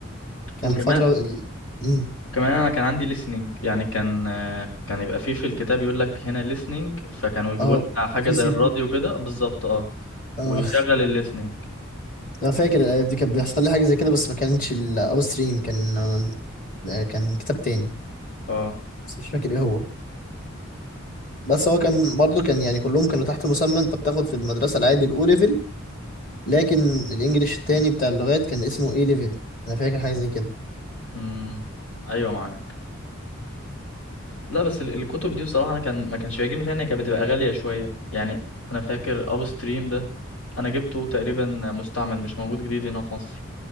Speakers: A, on the left (about 40°); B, on the left (about 70°).
A: كان
B: وكمان
A: الفترة ال... مم.
B: كمان انا كان عندي listening يعني كان آه، كان يبقى فيه في الكتاب يقول لك هنا listening فكانوا يجيبوا
A: اه
B: لنا حاجه
A: في
B: زي
A: سي
B: الراديو
A: بي
B: كده بالظبط اه
A: اه
B: ويشغل الليسننج
A: <laughs> انا فاكر الايام دي كان بيحصل لي حاجة زي كده بس ما كانتش الاو ستريم كان آه، كان كتاب تاني
B: اه
A: بس مش فاكر ايه هو بس هو كان برضه كان يعني كلهم كانوا تحت مسمى انت بتاخد في المدرسة العادي الاو ليفل لكن الانجليش التاني بتاع اللغات كان اسمه اي ليفل انا فاكر حاجة زي كده
B: امم ايوه معاك لا بس ال- الكتب دي بصراحة أنا كان ما كانش بيعجبني فيها إن هي كانت بتبقى غالية شوية يعني أنا فاكر أب ستريم ده أنا جبته تقريبا مستعمل مش موجود جديد هنا في مصر